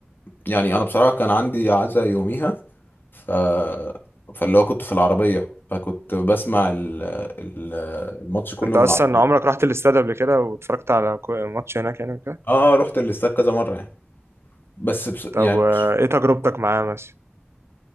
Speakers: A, on the left (about 55°); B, on the right (about 80°).
A: يعني انا بصراحه كان عندي عزا يوميها ف فاللي هو كنت في العربيه فكنت بسمع ال... ال... الماتش كله
B: انت
A: من
B: اصلا
A: العربيه
B: عمرك رحت الاستاد قبل كده واتفرجت على كو- ماتش هناك يعني كده
A: اه آه، رحت الاستاد كذا مره يعني بس بس
B: طب
A: يعني
B: و-
A: مش
B: ايه تجربتك معاه مثلا